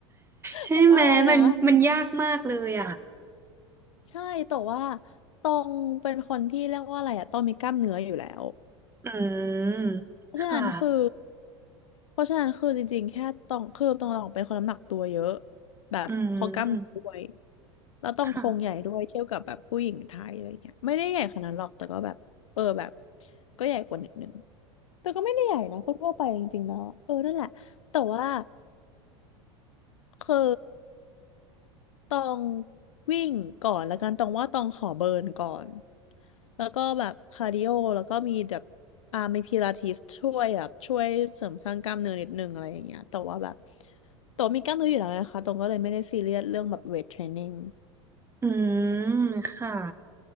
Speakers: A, on the left; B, on the right.
A: <laughs>
B: ใช่ไหมมันมันยากมากเลยอ่ะ
A: ป๊อปอายนะใช่แต่ว่าตองเป็นคนที่เรียกว่าอะไรอะตองมีกล้ามเนื้ออยู่แล้ว
B: อืม
A: เพราะฉะนั้นคือ
B: ค่ะ
A: เพราะฉะนั้นคือจริงๆแค่ตองคือตองตองเป็นคนน้ำหนักตัวเยอะแบบเพอกล้ามเนื้อด้วย
B: อืม
A: แล้วต้องโครงใหญ่ด้วยเทียบกับแบบผู้หญิงไทยอะไรเงี้ยไม่ได้ใหญ่ขนาดนั้นหรอกแต่ก็แบบเออแบบ
B: ค่ะ
A: ก็ใหญ่กว่านิดนึง แต่ก็ไม่ได้ใหญ่นะก็ทั่วไปจริงๆแล้วอะเออนั่นแหละแต่ว่าคือตองวิ่งก่อนแล้วกันตองว่าตองขอเบิร์นก่อนแล้วก็แบบคาร์ดิโอแล้วก็มีแบบอ่ามีพิลาทิสช่วยแบบช่วยเสริมสร้างกล้ามเนื้อนิดนึงอะไรอย่างเงี้ยแต่ว่าแบบตัมีกล้ามเนื้ออยู่แล้วนะคะตรงก็เลยไม่ได้ซีเรียสเรื่องแบบเวทเทรนนิ่ง
B: อืมค่ะ